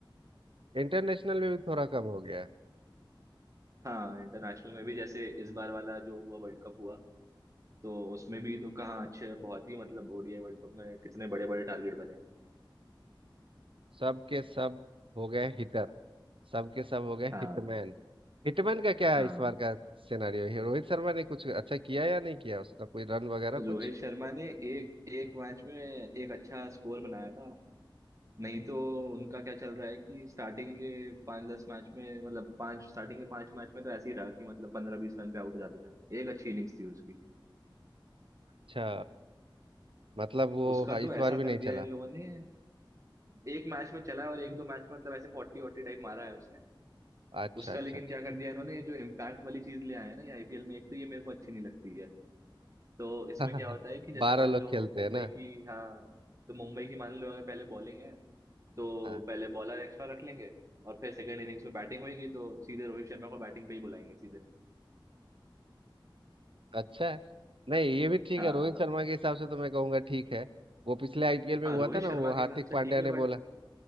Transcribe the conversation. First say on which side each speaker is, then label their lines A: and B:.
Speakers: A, on the right; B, on the right.
A: है इंटरनेशनल में भी थोड़ा कम हो गया है
B: हाँ इंटरनेशनल में भी जैसे इस बार वाला जो हुआ वर्ल्ड कप हुआ तो उसमें भी तो कहाँ अच्छे बहुत ही मतलब ओडीआई वर्ल्ड कप में कितने बड़े बड़े टारगेट बने हैं
A: सब के सब हो गए हिटर सब के सब हो गए
B: हाँ
A: हिटमैन हिटमैन का क्या
B: हाँ
A: है इस बार का सिनेरियो है रोहित शर्मा ने कुछ अच्छा किया या नहीं किया उसका कोई रन वगैरह
B: रोहित
A: कुछ
B: शर्मा ने एक एक मैच में एक अच्छा स्कोर बनाया था नहीं तो उनका क्या चल रहा है कि स्टार्टिंग के पांच दस मैच में मतलब पांच स्टार्टिंग के पांच मैच में तो ऐसे ही रहा कि मतलब पंद्रह बीस रन पे आउट हो जाते थे एक अच्छी इनिंग्स थी उसकी
A: अच्छा मतलब वो
B: उसका
A: हाँ, इस
B: तो ऐसा
A: बार भी
B: कर
A: नहीं चला
B: दिया इन लोगों ने एक मैच में चला है और एक दो मैच में मतलब ऐसे फोर्टी फोर्टी टाइप मारा है उसने
A: अच्छा
B: उसका
A: अच्छा
B: लेकिन क्या कर दिया इन्होंने ये जो इम्पैक्ट वाली चीज ले आए हैं ना ये आईपीएल में एक तो ये मेरे को अच्छी नहीं लगती है तो इसमें
A: अच्छा
B: क्या होता है
A: <laughs>
B: कि जैसे
A: बारह
B: मान
A: लोग
B: लो
A: खेलते
B: मुंबई
A: हैं ना
B: की हाँ तो मुंबई की मान लो अगर पहले बॉलिंग है तो
A: हाँ
B: पहले बॉलर एक्स्ट्रा रख लेंगे और फिर सेकंड इनिंग्स में बैटिंग होगी तो सीधे रोहित शर्मा को बैटिंग पे ही बुलाएंगे सीधे
A: अच्छा है नहीं ये भी ठीक
B: हाँ
A: है रोहित शर्मा के हिसाब से तो मैं कहूँगा ठीक है वो पिछले आईपीएल में
B: हाँ
A: हुआ
B: रोहित
A: था ना
B: शर्मा
A: वो
B: के
A: हार्दिक
B: हिसाब से
A: पांड्या
B: ठीक है
A: ने
B: बट
A: बोला